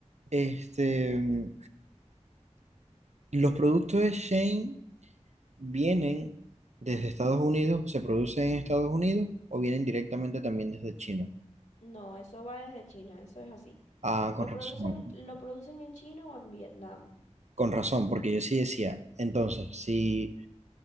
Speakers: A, on the right; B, on the left.
A: este, mm, los productos de Shane vienen desde Estados Unidos, se producen en Estados Unidos o vienen directamente también desde China.
B: No, eso va desde China, eso es así.
A: Ah,
B: Lo
A: con razón,
B: producen, lo producen en China o en Vietnam.
A: con razón, porque yo sí decía, entonces, si